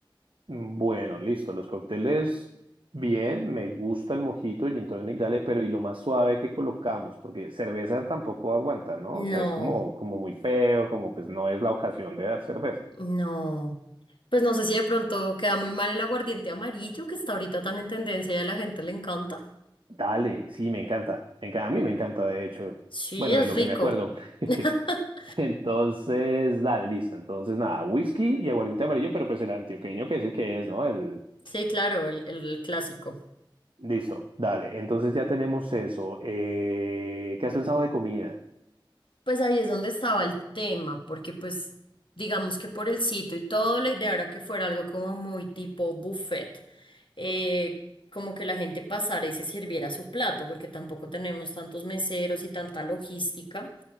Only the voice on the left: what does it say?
No.
No, pues no sé si de pronto queda muy mal el aguardiente amarillo que está ahorita tan en tendencia y a la gente le encanta.
Sí,
es
rico.
<laughs>
Sí, claro, el, el clásico.
Pues ahí es donde estaba el tema, porque pues digamos que por el sitio y todo, la idea era que fuera algo como muy tipo buffet, eh, como que la gente pasara y se sirviera su plato, porque tampoco tenemos tantos meseros y tanta logística.